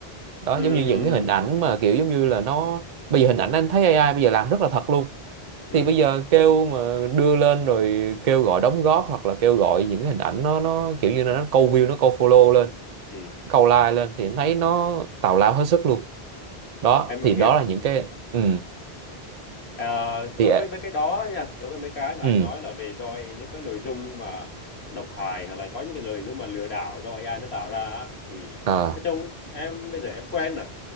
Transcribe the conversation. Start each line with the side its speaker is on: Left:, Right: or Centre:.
Right: đó
Left: Ừm,
Right: giống như những cái hình ảnh mà kiểu giống như là nó bây giờ hình ảnh anh thấy AI bây giờ làm rất là thật luôn
Left: ừm,
Right: thì bây giờ kêu mà đưa lên rồi kêu gọi đóng góp hoặc là kêu gọi những cái hình ảnh nó nó kiểu như là nó câu view nó câu follow lên
Left: ừm.
Right: câu like lên thì anh thấy nó tào lao hết sức luôn đó
Left: em
Right: thì
Left: hiểu
Right: đó là những cái ừ
Left: Ờ,
Right: thì
Left: đối với mấy cái đó nha đối với mấy cái mà
Right: ừ
Left: anh nói là về do những cái nội dung mà độc hại hoặc là có những cái nội dung mà lừa đảo do AI nó tạo ra á, thì
Right: à.
Left: nói chung em bây giờ em quen rồi